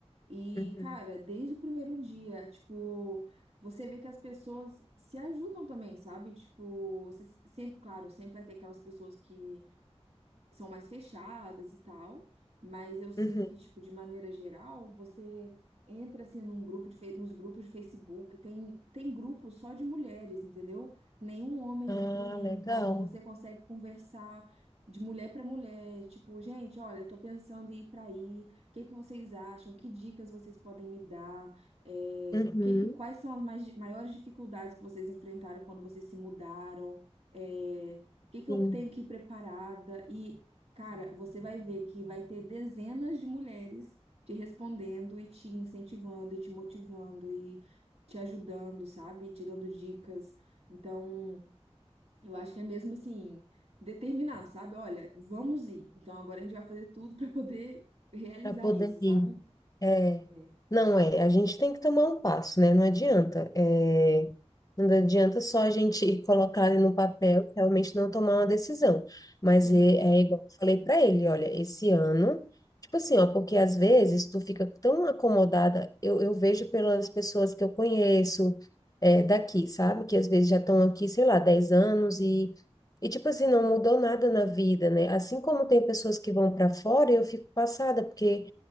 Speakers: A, on the right; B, on the left.
A: E,
B: uhum,
A: cara, desde o primeiro dia, tipo, você vê que as pessoas se ajudam também, sabe? Tipo, você sempre, claro, sempre vai ter aquelas pessoas que são mais fechadas e tal, mas eu sinto
B: uhum.
A: que, tipo, de maneira geral, você entra, assim, num grupo de, fe- nos grupos de Facebook, tem, tem grupo só de mulheres, entendeu? Nenhum homem
B: Ah,
A: entra ali,
B: legal.
A: então você consegue conversar de mulher para mulher, tipo, gente, olha, tô pensando em ir para aí, o que que vocês acham? Que dicas vocês podem me dar? É,
B: Uhum,
A: que que- quais são as mais, maiores dificuldades que vocês enfrentaram quando vocês se mudaram? É, o que que
B: sim.
A: eu tenho que ir preparada? E Cara, você vai ver que vai ter dezenas de mulheres te respondendo e te incentivando e te motivando e te ajudando, sabe? E Te dando dicas. Então, eu acho que é mesmo assim, determinar, sabe? Olha, vamos ir. Então, agora a gente vai fazer tudo para poder realizar
B: Para poder
A: isso, sabe?
B: ir. É,
A: É.
B: não é, a gente tem que tomar um passo, né? Não adianta. É, não adianta só a gente <laughs> colocar ali no papel e realmente não tomar uma decisão. Mas
A: Sim.
B: é, é igual eu falei para ele, olha, esse ano, tipo assim, ó, porque às vezes tu fica tão acomodada, eu, eu vejo pelas pessoas que eu conheço é, daqui, sabe? Que às vezes já estão aqui, sei lá, 10 anos e. E, tipo assim, não mudou nada na vida, né? Assim como tem pessoas que vão para fora, eu fico passada, porque